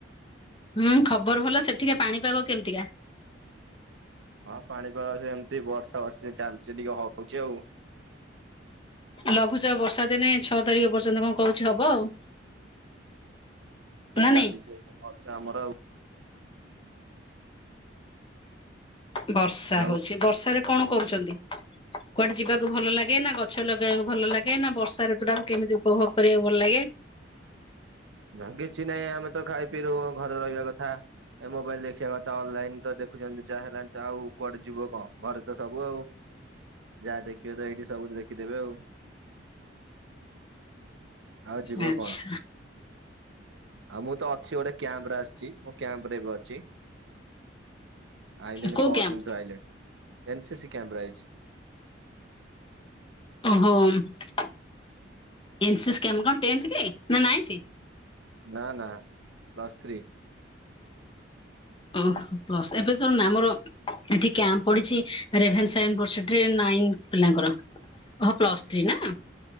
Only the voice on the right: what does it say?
ହଁ ପାଣିପାଗ ସେମିତି ବର୍ଷାବର୍ଷି ଚାଲିଛି ଟିକେ ହ-ହଉଛି ଆଉ।
ଆଉ
ଚାଲିଛି
ଏଇ ଯେ ବର୍ଷା ଆମର ଆଉ।
ଆଉ
ନା କିଛି ନାହିଁ ଆମେ ତ ଖାଇପିଇ ରୁ ଘରେ ରହିବା କଥା। ଏ ମୋବାଇଲ ଦେଖିବା କଥା ଅନଲାଇନ ତ ଦେଖୁଛନ୍ତି ଯାହା ହେଲାଣି ତ ଆଉ କୁଆଡେ ଯିବ କଣ ଘରେ ତ ସବୁ ଆଉ। ଯାହା ଦେଖିବେ ତ ଏଇଠି ସବୁ ଦେଖିଦେବେ ଆଉ। ଆଉ ଯିବ
କଣ। ଆଉ ମୁଁ ତ ଅଛି ଗୋଟେ କ୍ୟାମ୍ପରେ ଆସିଛି ମୁଁ କ୍ୟାମ୍ପରେ ଏବେ ଅଛି। ଆଇଲାଣି
ପହରଦିନଠୁ
ଆଇଲାଣି, ଏନ୍ ସି ସି କ୍ୟାମ୍ପରେ ଆଇଛି।
ନା-ନା ପ୍ଲସ୍ ଥ୍ରୀ।